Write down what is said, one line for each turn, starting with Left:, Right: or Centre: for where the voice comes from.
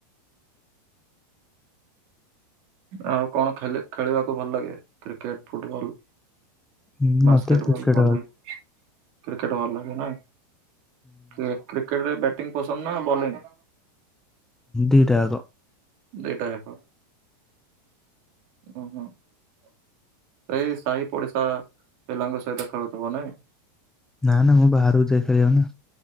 Right: ଆଉ କଣ ଖେ ଖେଳିବାକୁ ଭଲ ଲାଗେ କ୍ରିକେଟ, ଫୁଟବଲ?
Centre: ହୁଁ
Right: ବାସ୍କେଟ
Centre: ମତେ କ୍ରିକେଟ
Right: ବଲ୍ ଭଲ ଲାଗେ। କ୍ରିକେଟ ଭଲ ଲାଗେ ନା, କ୍ରି କ୍ରିକେଟରେ ବ୍ୟାଟିଂ ପସନ୍ଦ ନା ବୋଲିଂ?
Centre: ଦିଟା ଆକ।
Right: ଦିଇଟା ହେକ। ହ ହଁ ଏ ଇ ସାହି ପଡିଶା ପିଲାଙ୍କ ସହିତ ଖେଳୁଥିବ ନାଇଁ।
Centre: ନାଁ ନାଁ ମୁଁ ବାହାରକୁ ଯାଏ ଖେଳିବାକୁ ନା।